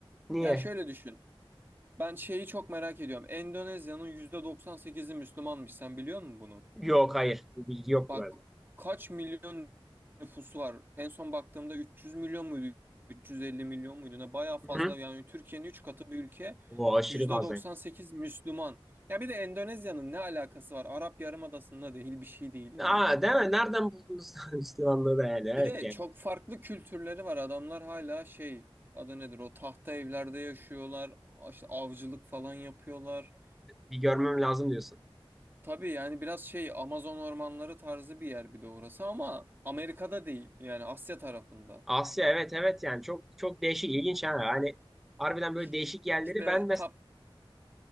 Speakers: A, in the centre; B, on the right.
A: Niye?
B: Ya şöyle düşün. Ben şeyi çok merak ediyorum. Endonezya'nın %98'i Müslümanmış. Sen biliyor musun bunu?
A: Yok hayır. Bu bilgi yoktu
B: Bak
A: bende.
B: kaç milyon nüfusu var? En son baktığımda 300 milyon muydu? 350 milyon muydu? Ne bayağı fazla
A: Hı-hı.
B: yani Türkiye'nin 3 katı bir ülke.
A: O aşırı
B: %98
A: fazla.
B: Müslüman. Ya bir de Endonezya'nın ne alakası var? Arap Yarımadası'nda değil bir şey değil yani.
A: Aa değil mi? Nereden buldunuz <laughs> Müslümanlığı da yani? Evet
B: Bir de
A: yani.
B: çok farklı kültürleri var. Adamlar hala şey adı nedir o tahta evlerde yaşıyorlar. İşte avcılık falan yapıyorlar.
A: Bir görmem lazım diyorsun.
B: Tabii yani biraz şey Amazon ormanları tarzı bir yer bir de orası ama Amerika'da değil yani Asya tarafında.
A: Asya evet evet yani çok çok değişik ilginç yani. Hani harbiden
B: İş-
A: böyle değişik yerleri
B: İşte
A: ben mesela
B: top